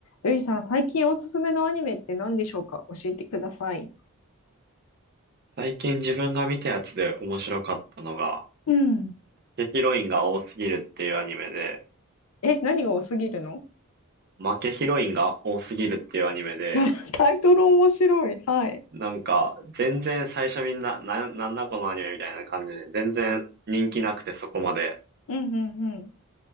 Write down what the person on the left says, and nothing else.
ゆいさん、最近おすすめのアニメって何でしょうか教えてください。
うん。
え、何が多すぎるの
<laughs> タイトル面白い。はい。
うんうんう